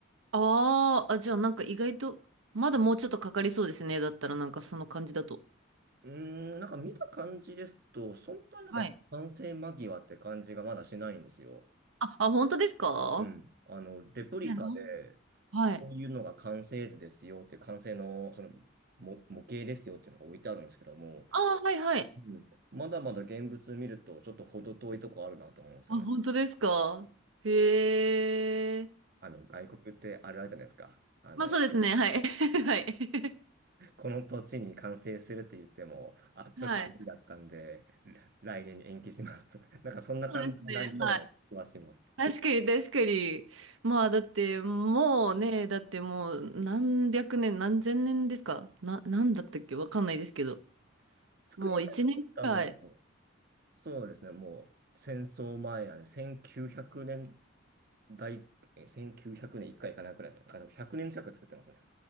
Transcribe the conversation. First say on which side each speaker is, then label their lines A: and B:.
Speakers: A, on the right; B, on the right.
A: あーあ、じゃあなんか意外と、まだもうちょっとかかりそうですね。だったらなんかその感じだと。
B: うーん、なんか見た感じですと、そんなになんか完成間際って感じがまだしないんですよ。
A: はい。あ、あ、本当ですか
B: うん。あの、レプリカで、
A: え、なんはい。
B: こういうのが完成図ですよっていう、完成のその模、模型ですよっていうのが置いてあるんですけども、
A: あー、はいはい。
B: うんまだまだ現物見ると、ちょっと程遠いとこあるなと思うんですよね。
A: あ、本当ですかへえ。
B: あの、外国ってあれあるじゃないですか。あの、
A: まあそうですね。はい。<laughs> はい。
B: この土地に完成するって言っても、あ、ちょっと無理だったんで、
A: はい。
B: 来来年に延期しますとか、<laughs> なんかそんな感じになりそうな気はします。
A: そうですね。はい。確かに、確かに。まあだって、もうね、だってもう何百年、何千年ですかな、なんだったっけわかんないですけど。
B: 作り始めたのも、
A: もう一年くらい。
B: そうですね、もう戦争前なんで、1900年大、え1900年1回いっかいいかないくらいですね。だから100年近く作ってますね。